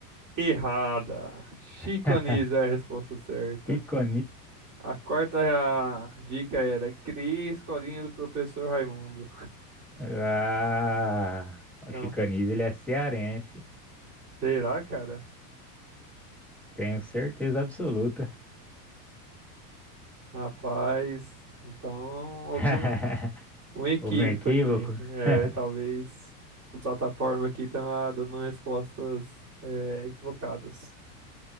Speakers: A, on the right; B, in the centre.
A: errada. Chico
B: <laughs>
A: Anísio é a resposta certa.
B: Chico
A: A quarta dica era, criei a escolinha do professor Raimundo.
B: Ah,
A: Então,
B: o Chicanis, ele é cearense.
A: será, cara?
B: Tenho certeza absoluta.
A: Rapaz, então houve
B: <laughs>
A: um, um equívoco
B: Houve um equívoco.
A: aqui. É,
B: <laughs>
A: talvez a plataforma aqui tá dando respostas é, equivocadas.